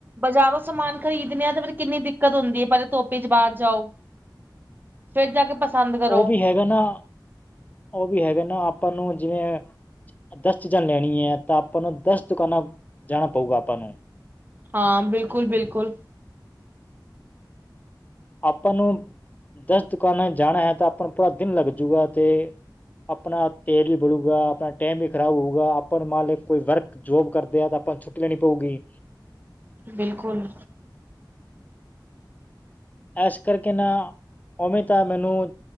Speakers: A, on the right (about 25°); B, on the left (about 20°).
A: ਬਜ਼ਾਰੋਂ ਸਮਾਨ ਖਰੀਦਣੇ ਆ ਤੇ ਫੇਰ ਕਿੰਨੀ ਦਿੱਕਤ ਹੁੰਦੀ ਹੈ। ਪਹਿਲੇ ਧੁੱਪ 'ਚ ਬਾਹਰ ਜਾਓ।
B: ਹੂੰ।
A: ਫੇਰ ਜਾ ਕੇ ਪਸੰਦ। ਕਰੋ
B: ਉਹ ਵੀ ਹੈਗਾ ਨਾ, ਉਹ ਵੀ ਹੈਗਾ ਨਾ ਆਪਾਂ ਨੂੰ ਜਿਵੇਂ। ਦਸ ਚੀਜ਼ਾਂ ਲੈਣੀਆਂ ਹੈ ਤਾਂ ਆਪਾਂ ਨੂੰ ਦਸ ਦੁਕਾਨਾਂ ਜਾਣਾ ਪਊਗਾ ਆਪਾਂ ਨੂੰ।
A: ਹਾਂ, ਬਿਲਕੁਲ- ਬਿਲਕੁਲ।
B: ਆਪਾਂ ਨੂੰ ਦਸ ਦੁਕਾਨਾਂ ਜਾਣਾ ਹੈ ਤਾਂ ਆਪਾਂ ਨੂੰ ਪੂਰਾ ਦਿਨ ਲੱਗ ਜੂਗਾ ਤੇ। ਆਪਣਾ ਤੇਲ ਵੀ ਬਲੂਗਾ। ਆਪਣਾ ਟਾਈਮ ਵੀ ਖਰਾਬ ਹੋਵੇਗਾ। ਆਪ ਨੂੰ ਮੰਨ ਲੳ ਕੋਈ ਵਰਕ ਜੋਬ ਕਰਦੇ ਆ ਤਾਂ ਆਪਾਂ ਨੂੰ ਛੁੱਟੀ ਲੈਣੀ ਪਊਗੀ।
A: ਬਿਲਕੁਲ।
B: ਇਸ ਕਰਕੇ ਨਾ, ਉਵੇਂ ਤਾਂ, ਮੈਨੂੰ